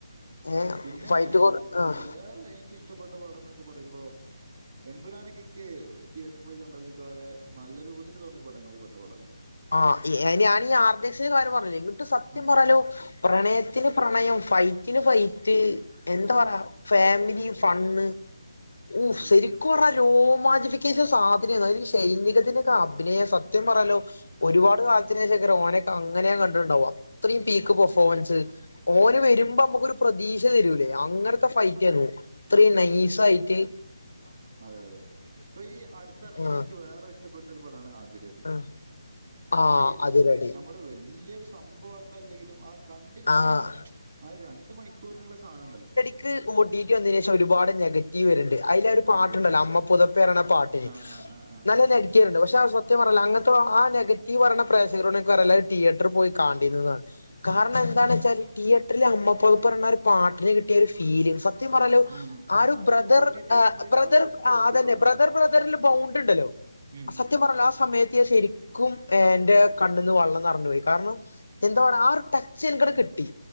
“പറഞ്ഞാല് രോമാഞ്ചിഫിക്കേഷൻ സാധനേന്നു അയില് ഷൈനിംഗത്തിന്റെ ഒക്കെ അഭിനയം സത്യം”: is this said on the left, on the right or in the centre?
Left